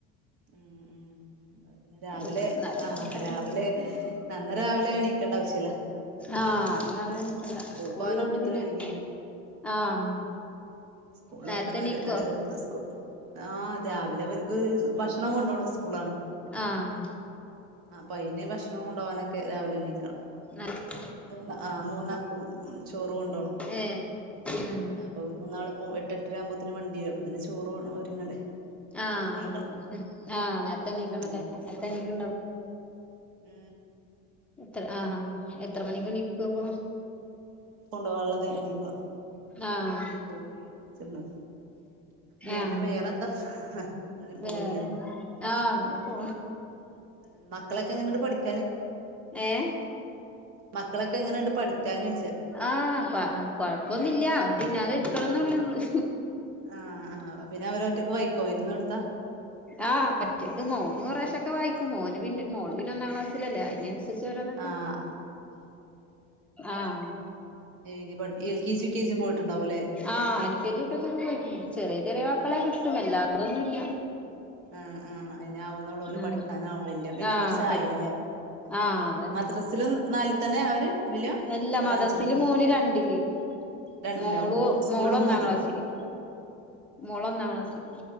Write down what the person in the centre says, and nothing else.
എന്നാലും
കണക്കന്നെ
ആ നന്ന് രാവിലെ എന്നീക്കണ്ട സ്കൂളിൽ
കൊണ്ട് പിന്നെ
ആഹ്
നേരത്തെ എണീക്കോ
ആഹ്
ആഹ്
ഏഹ് ഉം
ആ
ഒരുങ്ങാൻ ആ നേരത്തെണീക്കണല്ലേ
നേരത്തെണീക്കനുണ്ടാവും
എത്ര ആ എത്ര മണിക്ക് എണീക്കും അപ്പോ
ആഹ്
ആഹ്
വേറെ ആഹ് അങ്ങനെ പോ
ഏഹ്
ആഹ് പ കൊഴപ്പൊന്നില്ല അവര് പിന്നാലെ ഇരിക്കണന്നുള്ളു മ്മള്
ആഹ് ഒറ്റക്ക് മോന് കൊറേശൊക്കെ വായിക്കും മോന് പിന്നെ മോള് പിന്നെ ഒന്നാം ക്ലാസ്സിലല്ലേ അയി മീൻസ് ച്ചരന്നൊക്കെ
ആഹ്
ആഹ് എൽ കെ ജി യുക്കെജിക്കെ പോയിക്കണ് ചെറിയ ചെറിയ വാക്കളൊ ക്കെ കിട്ടും എല്ലാതൊന്നും ഇല്ല
ആഹ്
ആഹ്
പഠി ആഹ് അതന്നെ
അല്ലാ
മദ്രസില്
മോന് രണ്ടില്
മോളു
മോളൊന്നാം
ക്ലാസ്സില് മോള് ഒന്നാം ക്ലാസ്സില്